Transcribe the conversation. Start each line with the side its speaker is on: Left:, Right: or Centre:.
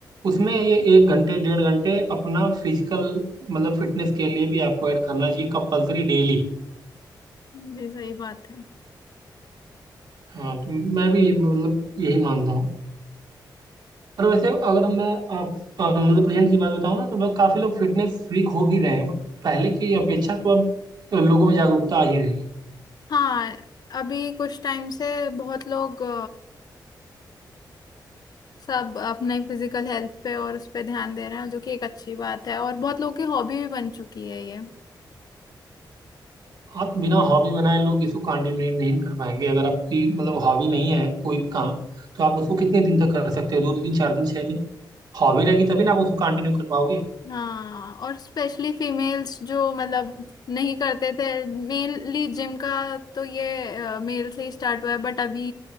Right: उसमें ये एक घंटे डेढ़ घंटे अपना फिजिकल मतलब फिटनेस के लिए भी आपको ऐड करना चाहिए कंपलसरी डेली
Left: जी सही बात है
Right: हाँ तो मैं भी मतलब यही मानता हूँ पर वैसे अगर मैं आप अ, मतलब प्रेजेंट की बात बताऊँ ना तो बहुत काफी लोग फिटनेस फ्रीक हो भी रहे हैं मतलब पहले की अपेक्षा तो अब लोगों में जागरूकता आ ही रही है
Left: हाँ अभी कुछ टाइम से बहुत लोग अ, सब अपने फिजिकल हेल्थ पे और उस पे ध्यान दे रहे हैं जो कि एक अच्छी बात है और बहुत लोगों की हॉबी भी बन चुकी है ये
Right: आप बिना हॉबी बनाए लोग इसको कंटिन्यू नहीं, नहीं कर पाएंगे अगर आपकी मतलब हॉबी नहीं है कोई भी काम तो आप उसको कितने दिन तक कर सकते हो दो दिन चार दिन छह दिन हॉबी रहेगी तभी ना आप उसको कंटिन्यू कर पाओगे
Left: हाँ और स्पेशली फीमेल्स जो मतलब नहीं करते थे मेनली जिम का तो ये मेल से ही स्टार्ट हुआ है बट अभी